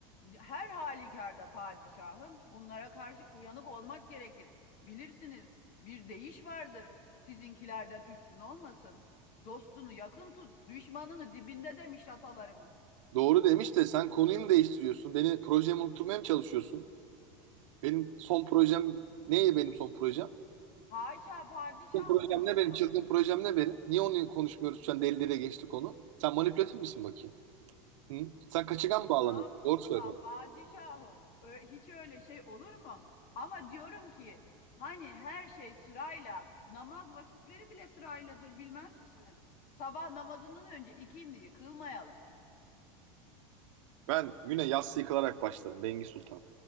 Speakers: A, on the left; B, on the right.
A: Her halükarda padişahım bunlara karşı uyanık olmak gerekir. Bilirsiniz bir deyiş vardır. Sizinkilerden üstün olmasın. Dostunu yakın tut, düşmanını dibinde demiş atalarımız.
B: Doğru demiş de sen konuyu mu değiştiriyorsun? Beni projemi unutturmaya mı çalışıyorsun? Benim son projem neydi benim son projem?
A: Haşa padişahım
B: Çılgın projem
A: olur
B: ne benim?
A: mu?
B: Çılgın projem ne benim? Niye onu konuşmuyoruz şu an? Deli deliye geçti konu. Sen manipülatif misin bakayım? Hı? Sen kaçıgan
A: Estağfurullah
B: mı bağlanıyorsun? Doğru söylüyorsun.
A: padişahım. Ö- hiç öyle şey olur mu? Ama diyorum ki hani her şey sırayla namaz vakitleri bile sırayladır bilmez misiniz? Sabah namazından önce ikindi yıkılmayalım.
B: Ben güne yassı yıkılarak başlarım. Bengi Sultan.